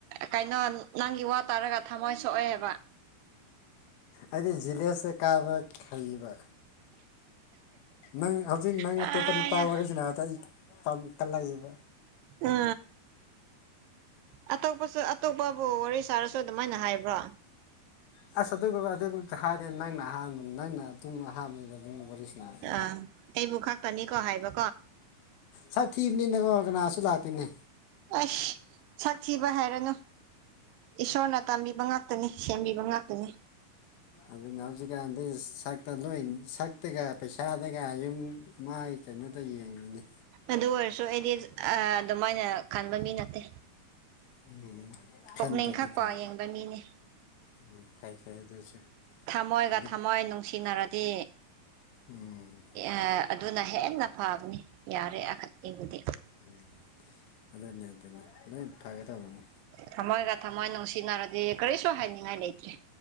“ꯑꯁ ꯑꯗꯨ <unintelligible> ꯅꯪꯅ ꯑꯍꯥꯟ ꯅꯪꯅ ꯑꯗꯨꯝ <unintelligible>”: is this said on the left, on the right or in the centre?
Left